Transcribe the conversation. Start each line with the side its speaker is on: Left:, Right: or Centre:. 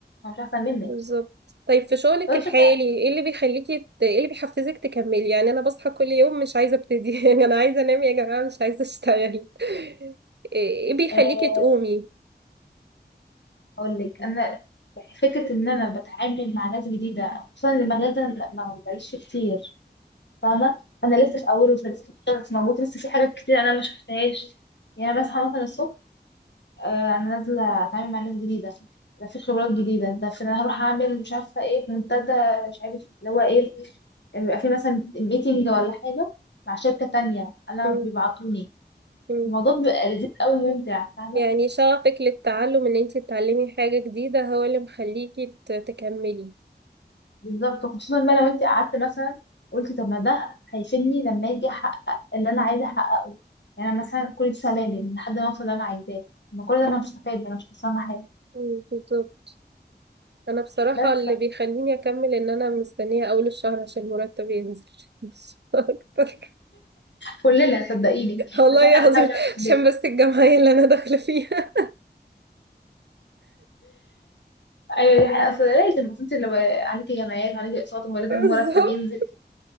Left: هو مش احسن منك
Right: بالظبط طيب في شغلك
Left: طب
Right: الحالي
Left: شجعي
Right: ايه اللي بيخليكي ت- ايه اللي بيحفزك تكملي يعني انا بصحى كل يوم مش عايزه ابتدي <laughs> انا عايزه انام يا جماعه مش عايزه اشتغل <laughs> ايه بيخليكي
Left: آه،
Right: تقومي
Left: اقول لك انا فكره ان انا بتعامل مع ناس جديده خصوصا المجال ده أنا ما بلاقيش فيه كتير فاهمه
Right: مم،
Left: انا لسه في اوله فلسه مش موجود لسه في حاجات كتير انا ما شفتهاش يعني أنا بصحى مثلا الصبح آه، انا نازله اتعامل مع ناس جديده ده في خبرات جديده ده في انا هروح اعمل مش عارفه ايه في منتدى مش عارف اللي هو ايه يعني بيبقى في مثلا ميتنج ولا حاجه مع شركه تانية انا
Right: مم،
Left: بيبعتوني
Right: مم.
Left: الموضوع بيبقى لذيذ قوي وممتع فاهمه
Right: يعني شغفك للتعلم ان انت تتعلمي حاجة جديدة هو اللي مخليكي ت- تكملي
Left: بالظبط وخصوصا بقى لو انت قعدت مثلا قلت طب ما ده هيفيدني لما اجي احقق اللي انا عايزه احققه يعني أنا مثلا كل دي سلالم لحد ما اوصل اللي انا عايزاه ما كل ده انا مش هستفاد انا مش خسرانه حاجه
Right: مم، بالظبط انا بصراحة
Left: بس
Right: اللي
Left: <laughs> ف-
Right: بيخليني اكمل ان انا مستنية اول الشهر عشان مرتب ينزل <laughs> مش اكتر
Left: كلنا صدقيني
Right: والله
Left: بس احنا
Right: العظيم
Left: بنحاول نمشي
Right: عشان بس الجمعية اللي انا داخلة فيها
Left: ايوه دي حقيقة اصل لازم اصل انت لو عليكي جمعيات وعليكي اقساط ولازم
Right: <laughs>
Left: مرتب
Right: بالظبط
Left: ينزل